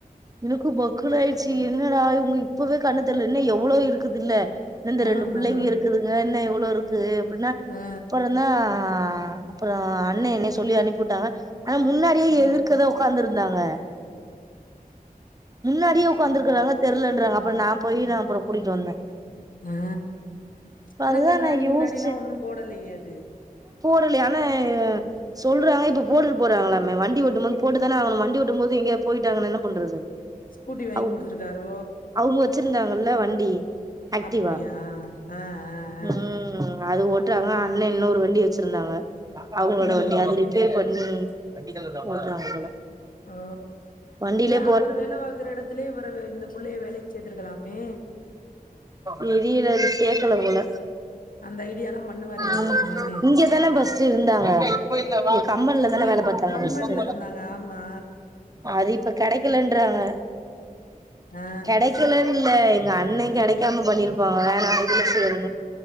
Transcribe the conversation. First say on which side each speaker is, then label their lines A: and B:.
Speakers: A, on the right; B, on the left.
A: னக்கு பக்குனாயிடுச்சி ன்னடா இவங்க இபவே கண்ணு தெரல இன்னு எவ்வளோயிருக்குதுல்ல இந்த ரெண்டு
B: ஆமா
A: புள்ளைங்க யிருக்குதுங்க ன்ன எவ்ளோ யிருக்கு ன்னா
B: ஆ
A: அபுறதா ஆ அபுறோ அண்ணே என்னய சொல்லி அனுப்பிவுட்டாங்க ஆனா முனாடியே
B: ஆ ஆ
A: எதிர்க்கத உட்காந்து யிருந்தாங்க முனாடியே உட்காந்துருகறாங்க தெருலன்றாங்க அபுற நா போயி நா அபுற போயிகூடிட்டு வந்தே
B: ஆ
A: இப்ப
B: ஆனா
A: அதுதா
B: கண்ணாடி
A: நா
B: கிண்ணாடி
A: யோசிச்சே
B: யில்லா ஒணு போடலையே அது
A: ட்டலேயேஆன சொல்றாங்க இப்ப போட்டு போறாங்களேமே வண்டிட்டு போது போட்டுதானே ஆவனு வண்டி ஒட்டு போது இங்க போயிடாங்கன என்ன பண்றது
B: ஸ்கூட்டி வாங்கி
A: அவ்
B: கொடுத்துருகாரோ
A: அவங்க வச்சிருந்தாங்கல்ல வண்டி ஆக்டிவா
B: அப்பிடியா அ அ
A: ம்
B: அ
A: அது ஓட்டுறாங்க அண்ணே இன்னொரு வண்டி வச்சிருந்தாங்க அவங்களோட
B: ஆ ம்
A: வண்டி அது ரிப்பேர் பணி இருக்குறாங்க போல
B: ஓ
A: வண்டியிலே
B: ஏன் அவு அவரு வேல பாக்கற எடத் அதுலே வரவே இந்த புள்ளைய வேலைக்கு சேத்திருக்கலாமே
A: தெரியில சேக்கல போல
B: அந்த ஐடியாலா பண்ணுவாரே
A: ம்
B: உங்க அண்ணே
A: இங்கதானே பஸ்ட்டு இருந்தாங்க ஒரு கம்பெனில தானா
B: இல்ல
A: வேல பாத்தாங்க
B: கம்பன்ல
A: பஸ்ட்டு
B: இருந்தாங்க ஆமா
A: அது இப்ப கெடைகலன்றாங்க
B: ஆ
A: கெடைகலனு இல்ல உங்க அண்ணே கெடைக்காம பண்ணிருப்பாங்க நா எந்திருச்சி வரும்னு